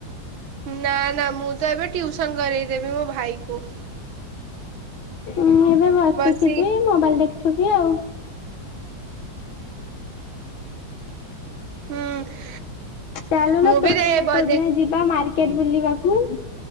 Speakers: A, on the right; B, on the left.
A: ନା ନା ମୁଁ ତ ଏବେ ଟିଉସନ୍ କରେଇଦେବି ମୋ ଭାଇ କୁ।
B: ମୁଁ ଏବେ ବସିଥିବି
A: ବସି
B: ମୋବାଇଲ଼ ଦଖ୍ ଥିବି ଆଉ।
A: ହୁଁ
B: ଚାଲୁନ
A: ମୁଁ
B: ତୋର୍
A: ବି ଦେ
B: ମୋର
A: ବ
B: କୋଉ
A: ଦେଖି
B: ଦିନ ଯିବା ମାର୍କେଟ ବୁଲିବାକୁ।